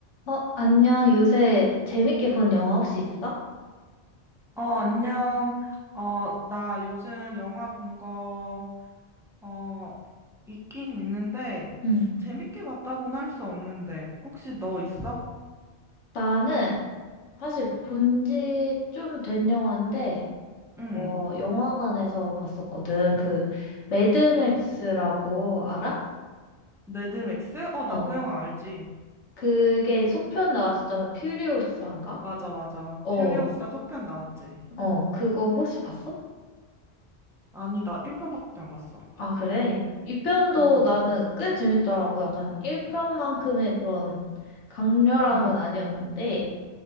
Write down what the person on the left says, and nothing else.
어, 안녕. 요새 재밌게 본 영화 혹시 있어?
응,
나는 사실 본지 좀 된 영화인데,
어, 영화관에서 봤었거든. 그, 매드맥스라고 알아?
어,
그게 속편 나왔었잖아. 퓨리오스인가?
어,
어, 그거 혹시 봤어?
아, 그래? 2편도
나는 꽤 재밌더라고. 약간 1편만큼의 그런 강렬함은
아니었는데,